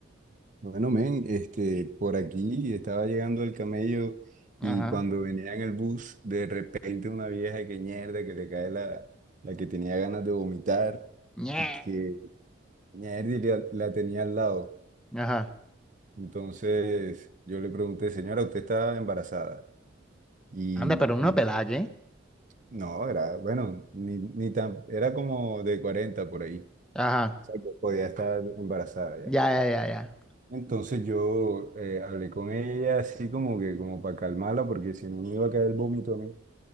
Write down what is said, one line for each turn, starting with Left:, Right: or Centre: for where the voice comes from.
Right: bueno, men, este, por aquí estaba llegando el camello
Centre: Ajá.
Right: y cuando venía en el bus, de repente una vieja que mierda, que le cae la, la que tenía ganas de vomitar
Centre: Ñe.
Right: y que mierda y la, la tenía al lado.
Centre: Ajá.
Right: Entonces yo le pregunté, señora, ¿usted está embarazada? Y,
Centre: Anda, pero una pelada,
Right: y
Centre: ¿qué?
Right: no, era, bueno, ni, ni tan, era como de 40 por ahí.
Centre: Ajá.
Right: O sea, que podía estar embarazada
Centre: Ya,
Right: ya.
Centre: ya, ya, ya.
Right: Entonces yo eh, hablé con ella así como que como para calmarla porque si no me iba a caer el vómito a mí.